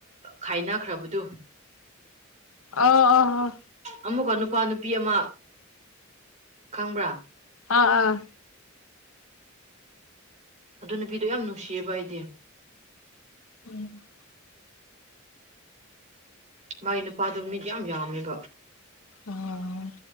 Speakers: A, on the right (about 35°); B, on the left (about 90°).
A: ꯈꯥꯏꯅꯈ꯭ꯔꯕꯗꯨ
B: ꯑꯣ ꯑꯣ
A: ꯑꯃꯨꯛꯀ ꯅꯨꯄꯥ ꯅꯨꯄꯤ ꯑꯃ ꯈꯪꯕ꯭ꯔꯥ
B: ꯑꯥ ꯑꯥ
A: ꯑꯗꯨ ꯅꯨꯄꯤꯗꯣ ꯌꯥꯝ ꯅꯨꯡꯁꯤꯌꯦꯕ ꯑꯩꯗꯤ
B: ꯎꯝ
A: ꯃꯥꯒꯤ ꯅꯨꯄꯥꯗꯨꯣ ꯃꯤꯠ ꯌꯥꯝ ꯌꯥꯝꯃꯦꯕ
B: ꯑꯣ